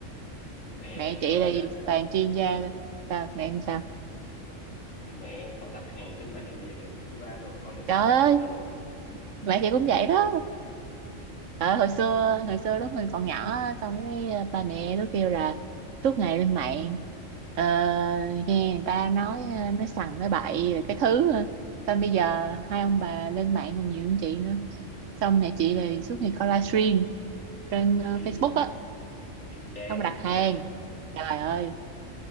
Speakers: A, on the left; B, on the right.
A: mẹ em
B: mẹ chị
A: còn
B: là gì?
A: hả
B: toàn chuyên gia thôi. sao mẹ em sao
A: khi mẹ em còn đặt hàng trên mạng về chứ ba đồ coi TikTok
B: trời ơi
A: là bình thường
B: mẹ chị cũng vậy đó Ờ, hồi xưa hồi xưa lúc mình còn nhỏ á, xong cái ờ, ba mẹ nó kêu là suốt ngày lên mạng ờ, nghe người ta nói ờ, nói sằng nói bậy rồi cái thứ ờ. xong bây giờ hai ông bà lên mạng còn nhiều hơn chị nữa xong mẹ chị
A: ý,
B: thì suốt ngày coi livestream trên ờ, Facebook
A: ý,
B: á
A: ý chán
B: xong đặt hàng
A: ba
B: trời ơi